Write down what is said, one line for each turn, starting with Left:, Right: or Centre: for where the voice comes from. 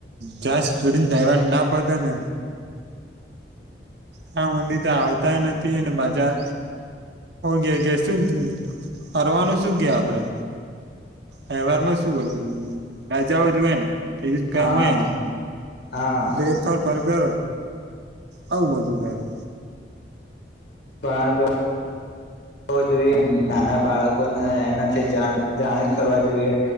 Right: જ્યાં સુધી તહેવાર ના પતે ને હા ત્યાં ઊંધી તો આવ તાય નથી અને પાછા કે કે શું ફરવાનું શું કે આપડે તહેવારમાં શું રજાઓ જ હોય ને બીજુ કાય
Left: હા
Right: હોય નઈ
Left: હા
Right: એટલે કે ફર ફર કરો. આવું બધુ. બરા
Left: પરંતુ હોવ જોઈએ નાના બાળકોને એનાથી જાણી જ કરવા જોઈએ